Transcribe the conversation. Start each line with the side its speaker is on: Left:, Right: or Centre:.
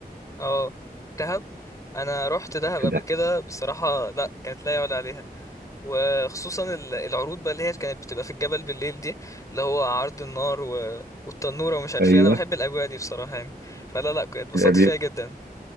Left: اه دهب انا روحت دهب
Right: في
Left: قبل
Right: دهب
Left: كده بصراحة لا كانت لا يعلى عليها وخصوصا ال- العروض بقى اللي هي كانت بتبقى في الجبل بالليل دي اللي هو عرض النار و... والتنورة ومش عارف
Right: ايوه
Left: ايه انا بحب الاجواء دي بصراحة يعني فلا لا كنت اتبسطت
Right: اللي بي-
Left: فيها جدا